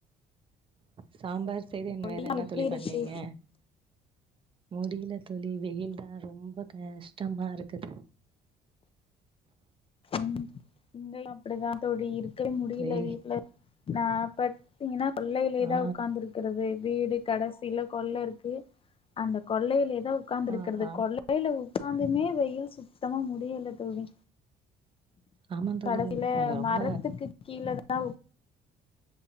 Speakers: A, on the right; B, on the left.
A: சாம்பார்
B: சரி
A: செய்து
B: ஓகே
A: இன் வேற என்ன
B: எப்டி
A: தோழி
B: இருக்கு
A: பண்ணீங்க முடியில தோளி வெயில்தா ரொம்ப கஷ்ட்டமா இருக் கு
B: உம் இங்கயு அப்டிதா தோழி இருக்கு முடியல
A: வே
B: வீட்ல நா பட் இங்கன்னா கொள்ளையிலேதா
A: ஆ
B: ஒக்காந்துருக்கறது வீடு கடஸ் சில கொள்ள இருக்கு அந்த கொள்ளையிலேதா ஒக்காந்துருக்கறது
A: ஆ ஆ
B: கொள்ளையில உக் க்காந்துமே வெயில் சுத்தமா முடியல தோழி
A: ஆமா தோளி
B: கடைசில
A: அஹ் ரொம்ப
B: மரத்துக்கு கீழதா